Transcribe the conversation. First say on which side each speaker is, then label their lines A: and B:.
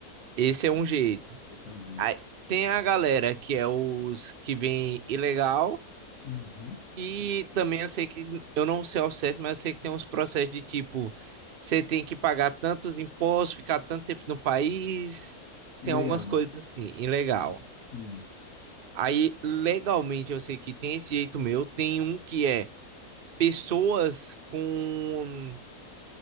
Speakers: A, on the right; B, on the left.
A: Esse
B: Bacana.
A: é um jeito.
B: Esse é um jeito.
A: Aí, tem a galera que é os que vem ilegal,
B: uhum.
A: E também eu sei que, eu não sei ao certo, mas eu sei que tem uns processos de tipo, você tem que pagar tantos impostos, ficar tanto tempo no país, tem
B: Legal.
A: algumas coisas assim, ilegal.
B: Hum.
A: Aí, legalmente, eu sei que tem esse jeito meu, tem um que é pessoas com